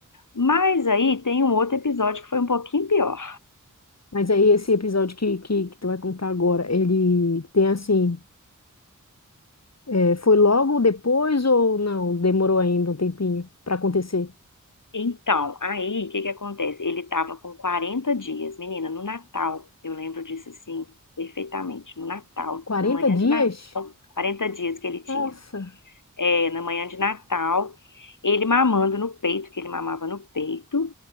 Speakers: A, on the left (about 75°); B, on the left (about 55°).
A: Mas aí tem um outro episódio que foi um pouquinho pior.
B: Mas aí esse episódio que, que, que tu vai contar agora, ele tem assim, é, foi logo depois ou não? Demorou ainda um tempinho para acontecer?
A: Então, aí o que que acontece? Ele estava com 40 dias, menina, no Natal. Eu lembro disso assim perfeitamente. No Natal,
B: 40
A: na manhã
B: dias?
A: de Natal, 40 dias que ele tinha.
B: Nossa.
A: é, na manhã de Natal, ele mamando no peito, que ele mamava no peito.